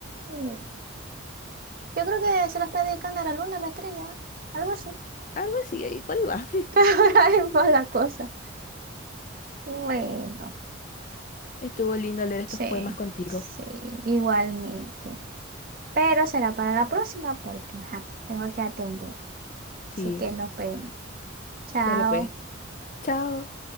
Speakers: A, on the right (about 45°); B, on the left (about 40°).
A: Mm, Yo creo que se la está dedicando a la luna, a la estrella, algo así.
B: Algo así, ahí por ahí va.
A: <laughs> Ahí va la cosa. Bueno,
B: <laughs> Estuvo lindo leer estos
A: sí,
B: poemas contigo.
A: sí, igualmente. Pero será para la próxima porque ajá, tengo que atender. Así
B: Sí,
A: que nos vemos. Chao.
B: dale pues. Chao.